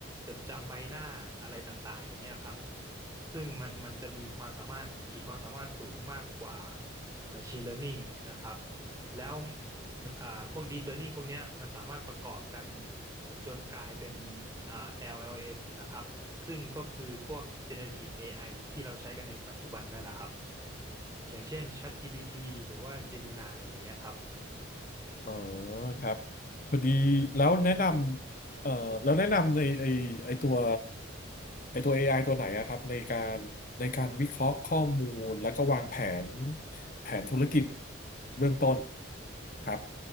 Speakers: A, on the right; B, on the left.
A: จดจำใบหน้าอะไรต่างๆอย่างเงี้ยครับ ซึ่งมันมันจะมีความสามารถขีดความสามารถสูงมากกว่า Machine Learning นะครับแล้วอ่าพวก Deep Learning พวกเนี้ยมันสามารถประกอบกันจนกลายเป็นอ่า LLM นะครับซึ่งก็คือพวก Generative AI ที่เราใช้กันในปัจจุบันนั่นแหละครับอย่างเช่น ChatGPT หรือว่า Gemini อย่างเงี้ยครับ
B: อ๋อครับพอดีแล้วแนะนำเอ่อแล้วแนะนำในไอไอตัวไอตัว AI ตัวไหนอะครับในการในการวิเคราะห์ข้อมูลแล้วก็วางแผนแผนธุรกิจเบื้องต้นครับ